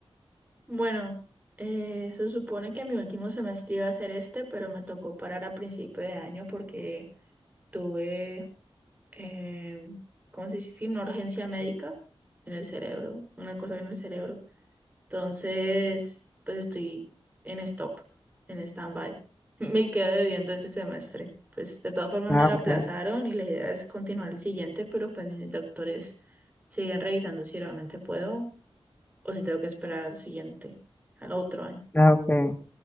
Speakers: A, on the right; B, on the left.
A: Bueno, eh, se supone que mi último semestre iba a ser este, pero me tocó parar a principio de año porque tuve, em, ¿cómo se dice? Sí, Una urgencia médica en el cerebro, una cosa en el cerebro. Entonces, pues estoy en stop, en stand-by. <laughs> Me queda debiendo ese semestre. Pues de todas formas
B: Ah,
A: me lo
B: ok,
A: aplazaron y la idea es continuar el siguiente, pero pues mis doctores siguen revisando si realmente puedo o si tengo que esperar al siguiente, al otro año.
B: ah, ok.